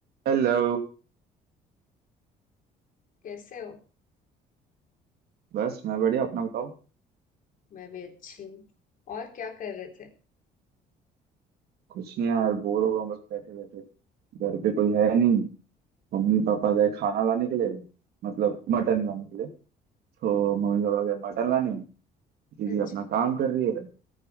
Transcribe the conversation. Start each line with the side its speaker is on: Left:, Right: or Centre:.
Right: Hello
Left: कैसे हो
Right: बस मैं बढ़िया अपना बताओ
Left: मैं भी अच्छी हूँ और क्या कर रहे थे
Right: कुछ नहीं यार बोर हो रहा हूँ बस बैठे बैठे घर पे कोई है नहीं मम्मी
Left: अच्छा,
Right: पापा गए खाना लाने के लिए मतलब मटन लाने के लिए तो मम्मी पापा गए मटन लाने दीदी
Left: हाँ जी
Right: अपना काम कर रही है